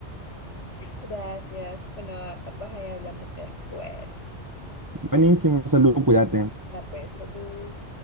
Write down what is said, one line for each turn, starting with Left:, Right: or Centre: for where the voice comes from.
Left: gracias. Bueno, a, a- pues ahí hablamos después.
Right: Buenísimo, salud, cuídate.
Left: Va, pues, salud.